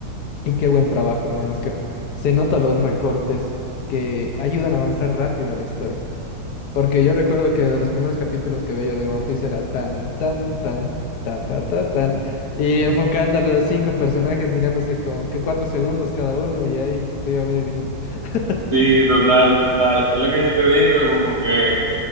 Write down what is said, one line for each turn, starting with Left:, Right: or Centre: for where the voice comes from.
Left: Y qué buen trabajo, hermano. Es que se notan los recortes que ayudan a avanzar rápido a la historia. Porque yo recuerdo que de los primeros capítulos que veía de One Piece era tan, tan, tan, ta, ta, ta, tan. Y enfocando a los cinco personajes, mirándose como que cuatro segundos cada uno y ahí se te iba medio minuto. <laughs>
Right: Sí, total, total. Es lo que yo te digo, como que